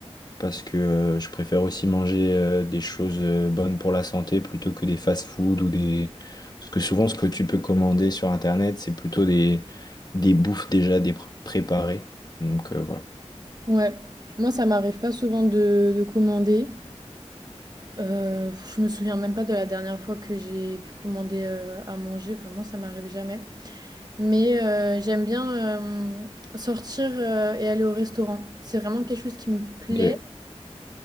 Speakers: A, on the left (about 35°); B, on the right (about 35°).
A: parce que euh, je préfère aussi manger euh, des choses euh, bonnes pour la santé plutôt que des fast-food ou des... Parce que souvent, ce que tu peux commander sur Internet, c'est plutôt des, des bouffes déjà dé- préparées. Donc euh, voilà.
B: Ouais, moi ça m'arrive pas souvent de, de commander. Euh, je me souviens même pas de la dernière fois que j'ai pu commander euh, à manger, vraiment ça m'arrive jamais. Mais euh, j'aime bien euh, sortir euh, et aller au restaurant. C'est vraiment quelque chose qui me plaît.
A: Ok.